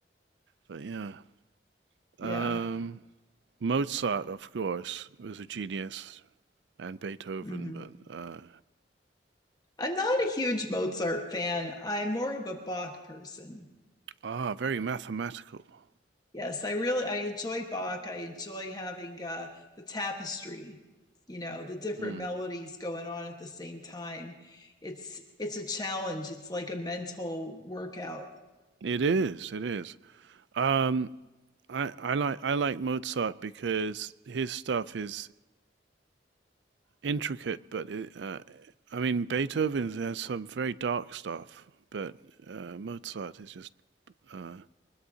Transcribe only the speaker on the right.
But yeah, um,
Mozart, of course, was a genius, and Beethoven,
but uh,
ah, very mathematical.
Mm.
It is, it is. Um, I, I like I like Mozart because his stuff is intricate, but it, uh, I mean Beethoven has some very dark stuff, but uh, Mozart is just. Uh,